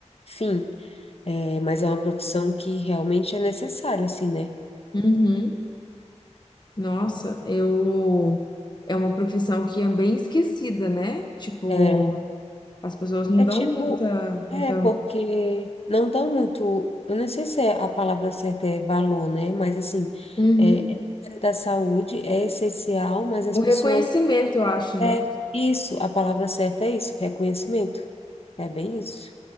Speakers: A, on the left (about 55°); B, on the left (about 35°).
A: Enfim, é, mas é uma profissão que realmente é necessária, assim, né?
B: Uhum. Nossa, eu. É uma profissão que é bem esquecida, né? Tipo,
A: É,
B: as pessoas não
A: é
B: dão
A: tipo,
B: muita, muita...
A: é porque não dão muito, eu não sei se é a palavra certa é valor, né? Mas assim,
B: Uhum.
A: é, é da área da saúde, é essencial, mas as
B: O reconhecimento,
A: pessoas,
B: eu acho,
A: é
B: né?
A: isso, a palavra certa é isso, reconhecimento, é bem isso.